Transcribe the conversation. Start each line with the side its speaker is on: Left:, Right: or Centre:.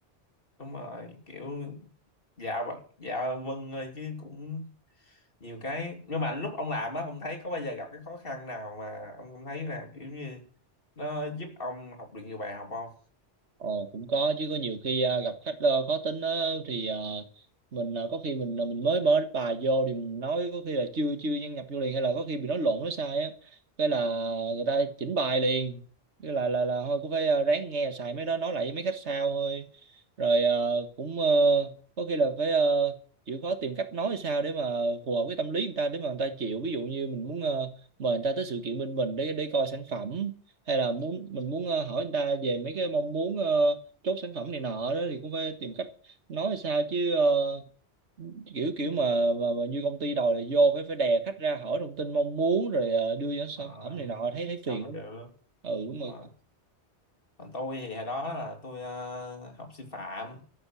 Left: đúng rồi kiểu dạ vâng dạ vâng ơi chứ cũng nhiều cái nhưng mà lúc ông làm á ông thấy có bao giờ gặp cái khó khăn nào mà ông không thấy là kiểu như nó giúp ông học được nhiều bài học không
Right: Ồ cũng có chứ có nhiều khi à, gặp khách ờ, khó tính á, thì à, mình à, có khi mình ờ, mình mới mở bài vô thì mình nói có khi là chưa chưa nhân nhập vô liền hay là có khi bị nói lộn nói sai á cái là người ta chỉnh bài liền cái là là là thôi cũng phải à, ráng nghe xài mấy đó nói lại với mấy khách sao thôi rồi à, cũng ờ, có khi là phải ờ, chịu khó tìm cách nói sao để mà phù hợp cái tâm lý người ta để mà người ta chịu ví dụ như mình muốn ờ, mời người ta tới sự kiện bên mình để để coi sản phẩm hay là muốn mình muốn ờ, hỏi người ta về mấy cái mong muốn ờ, chốt sản phẩm này nọ đó thì cũng phải tìm cách nói sao chứ ờ, kiểu kiểu mà, mà mà như công ty đòi là vô phải phải đè khách ra hỏi thông tin mong muốn rồi ờ, đưa ra sản
Left: mà
Right: phẩm này nọ thấy thấy
Left: sao
Right: phiền
Left: mà
Right: lắm
Left: được
Right: ừ đúng
Left: mà
Right: rồi
Left: còn tôi thì hồi đó là tôi ờ, học sư phạm